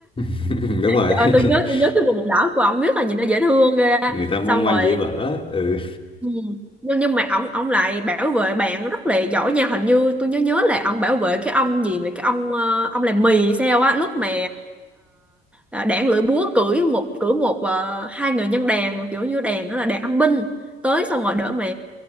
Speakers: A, on the left (about 15°); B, in the centre.
A: <laughs> đúng rồi
B: trời ơi, tôi nhớ
A: <laughs>
B: tôi nhớ cái quần màu đỏ của ông biết là nhìn nó dễ thương ghê á.
A: người ta mong
B: xong
A: manh
B: rồi
A: dễ vỡ ừ
B: Ừ. nhưng nhưng mà ông ông lại bảo vệ bạn rất là giỏi nha hình như tôi nhớ nhớ là ông bảo vệ cái ông gì vậy cái ông ờ, ông làm mì hay sao á lúc mà uh, đảng lưỡi búa cưỡi một cưỡi một ờ, hai người nhân đàn mà kiểu như đàn đó là đàn âm binh tới xong rồi đỡ mà